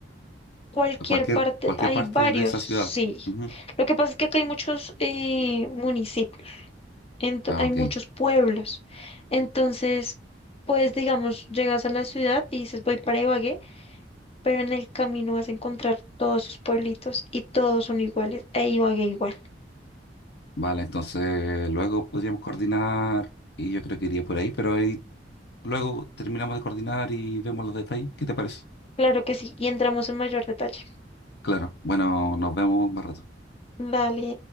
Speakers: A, on the left (about 35°); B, on the left (about 65°).
A: Cualquier
B: Cualquier,
A: parte,
B: cualquier
A: hay
B: parte
A: varios,
B: de esa
A: sí.
B: ciudad. Ujú.
A: Lo que pasa es que acá hay muchos eh, municipios, ento-
B: Ah,
A: hay
B: ok.
A: muchos pueblos. Entonces, pues digamos, llegas a la ciudad y dices voy para Ibagué, pero en el camino vas a encontrar todos sus pueblitos y todos son iguales, e Ibagué igual.
B: Vale, entonces luego podríamos coordinar y yo creo que iría por ahí, pero ahí luego terminamos de coordinar y vemos los detalles. ¿Qué te parece?
A: Claro que sí, y entramos en mayor detalle.
B: Claro. Bueno, nos vemos más rato.
A: Dale.